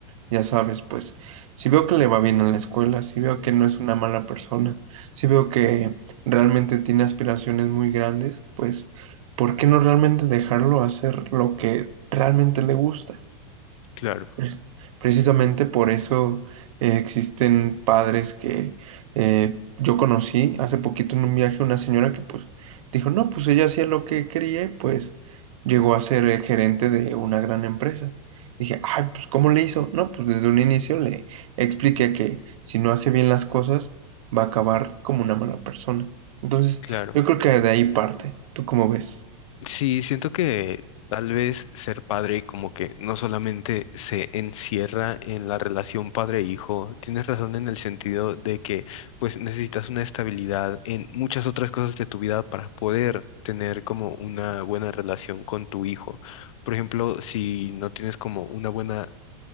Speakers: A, on the right; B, on the left.
A: Ya sabes, pues, si veo que le va bien en la escuela, si veo que no es una mala persona, si veo que realmente tiene aspiraciones muy grandes, pues, ¿por qué no realmente dejarlo hacer lo que realmente le gusta?
B: claro,
A: Pre- Precisamente por eso eh, existen padres que eh, yo conocí hace poquito en un viaje una señora que pues dijo, no, pues ella hacía lo que quería y pues llegó a ser eh, gerente de una gran empresa. Dije, ay, pues ¿cómo le hizo? No, pues desde un inicio le expliqué que si no hace bien las cosas va a acabar como una mala persona. Entonces,
B: claro.
A: yo creo que de ahí parte. ¿Tú cómo ves?
B: Sí, siento que tal vez ser padre como que no solamente se encierra en la relación padre-hijo, tienes razón en el sentido de que pues necesitas una estabilidad en muchas otras cosas de tu vida para poder tener como una buena relación con tu hijo. Por ejemplo, si no tienes como una buena